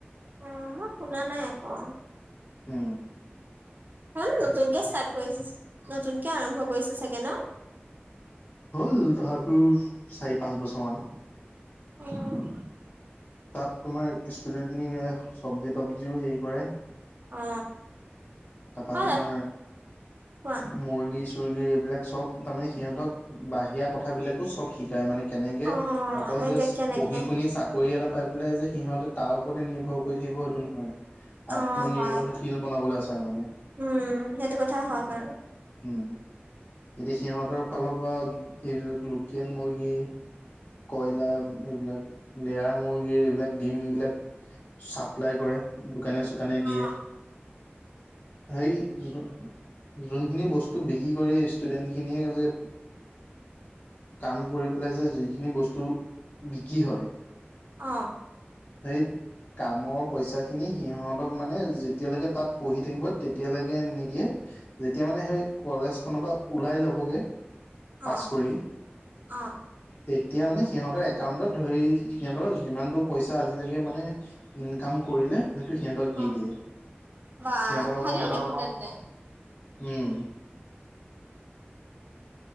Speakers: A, on the right (about 50°); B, on the left (about 50°).
A: ওম শুনা নাই আকৌ
B: উম
A: সেইখন নতুনকে ষ্টাৰ্ট কৰিছে নতুনকে আৰম্ভ কৰিছে চাগে ন'।
B: হ'ল ধৰ ওম চাৰি পাঁচ বছৰ মান।
A: উম
B: তাত তোমাৰ ষ্টুডেণ্টখিনিয়ে চবজি তবজিও হেৰি কৰে।
A: অ
B: তাৰপৰা
A: হয়
B: তোমাৰ
A: কোৱা
B: মুৰ্গী। চুৰ্গী এইবিলাক চব তাৰমানে সিহঁতক বাহিৰা কথাবিলাকো চব শিকায় মানে কেনেকে
A: অ
B: অকল
A: সেইটো
B: যে চ
A: কেনেকে
B: পঢ়ি শুনি চা কৰি এটা পাই পেলাই যে সিহঁতে তাৰ ওপৰতে নিৰ্ভৰ কৰি থাকিব সেইটো নহয়।
A: অ
B: আত্মনিৰ্ভৰশীল
A: হয়
B: বনাবলৈ। চাই মানে
A: উম সেইটো কথা হয় বাৰু।
B: উম এতিয়া সিহঁতৰ ফালৰ পৰা এইবিলাক লোকেল মুৰ্গী। কয়লা এইবিলাক লেয়াৰ মুৰ্গী এইবিলাক। ডিম বিলাক চাপ্লাই কৰে দোকানে চোকানে দিয়ে।
A: অ
B: হেৰি যো যোনখিনি বস্তু বিক্ৰী কৰি। ষ্টুডেন্ট খিনিয়ে যে কাম কৰি পেলাই যে। এইখিনি বস্তু বিক্ৰী হয়।
A: অ'।
B: <unintelligible> কামৰ পইচা খিনি সিহতক মানে যেতিয়ালৈকে তাত পঢ়ি থাকিব তেতিয়ালৈকে নিদিয়ে। যেতিয়া মানে সেই কলেজ খনৰ পৰা ওলাই যাবগে
A: অ
B: পাছ কৰি।
A: অ'।
B: তেতিয়া মানে সিহঁতৰ একাউণ্টত ধৰি সিহঁতৰ যিমানটো পইচা আজিলৈকে মানে ইনকাম কৰিলে সেইটো সিহঁতক দি
A: অ
B: দিয়ে। সিহঁতক
A: বা
B: অকণ
A: ভালেই দেখোন তেন্তে
B: উম।